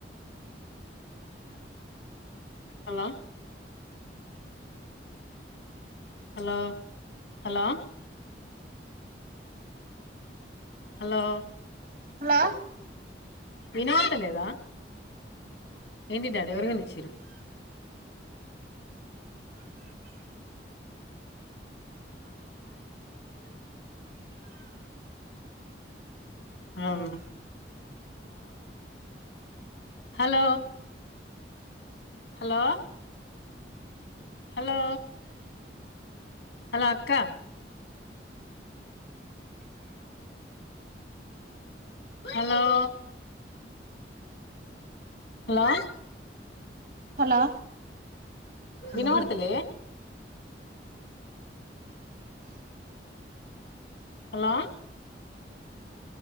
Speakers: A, on the left; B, on the right.
A: hello hello hello hello
B: hello
A: వినవడత లేదా ఏంటి డాడీ ఎవరుకొనిచ్చిరు hello hello hello hello hello అక్క హలో హలో
B: హలో
A: వినబడతలే
B: హలో
A: హలో